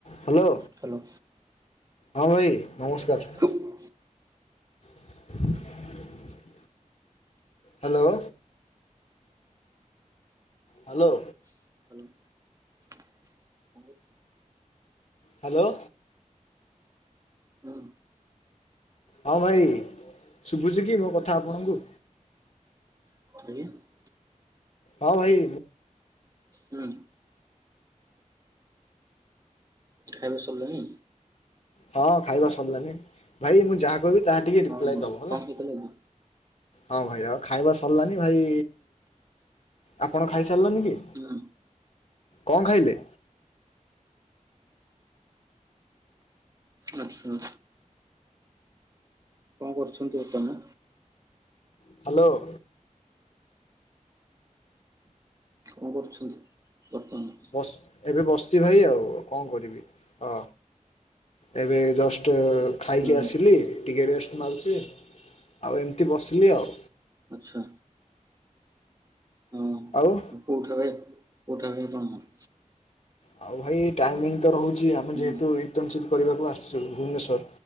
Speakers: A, on the left; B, on the right.
A: Hello
B: hello.
A: ହଁ ଭାଇ ନମସ୍କାର।
B: ହୁଁ
A: <inaudible> ହ୍ୟାଲୋ? ହ୍ୟାଲୋ?
B: <inaudible> <inaudible>
A: ହ୍ୟାଲୋ?
B: ହୁଁ।
A: ହଁ ଭାଇ ଶୁଭୁଛି କି ମୋ କଥା ଆପଣଙ୍କୁ?
B: <unintelligible>
A: ହଁ ଭାଇ।
B: ହୁଁ। ଖାଇବା ସାରିଲାଣି?
A: ହଁ ଖାଇବା ସରିଲାନି ଭାଇ ମୁଁ ଯାହା କହିବି ତାହା ଟିକେ
B: ହଁ
A: ରିପ୍ଲାଏ
B: ହଁ କଣ
A: ଦବ ହେଲା?
B: ଖାଇଥିଲେ ଆଜି?
A: ହଁ ଭାଇ ଆଉ ଖାଇବା ସରିଲାନି ଭାଇ ଆପଣ ଖାଇସାରିଲେନିକି
B: ହୁଁ
A: କଣ ଖାଇଲେ?
B: ଆଚ୍ଛା। କଣ କରୁଛନ୍ତି ବର୍ତ୍ତମା
A: ହ୍ୟାଲୋ।
B: କଣ କରୁଛନ୍ତି ବର୍ତ୍ତମାନ?
A: ବ ଏବେ ବସିଛି ଭାଇ ଆଉ କଣ କରିବି ଅ ଏବେ ଜଷ୍ଟ ଖାଇକି
B: ହୁଁ
A: ଆସିଲି ଟିକେ ରେଷ୍ଟ ମାରୁଛି ଆଉ ଏମିତି ବସିଲି ଆଉ।
B: ଆଛା ହଁ।
A: ଆଉ।
B: କୋଉଠ ଭାଏ କୋଉଠା ଭାଏ କଣ?
A: ଆଉ ଭାଇ ଟାଇମିଙ୍ଗ ତ ରହୁଛି ଆମେ
B: ହୁଁ
A: ଯେହେତୁ ଇଣ୍ଟର୍ନସିପ୍ କରିବାକୁ ଆସିଛୁ ଭୁବନେଶ୍ୱର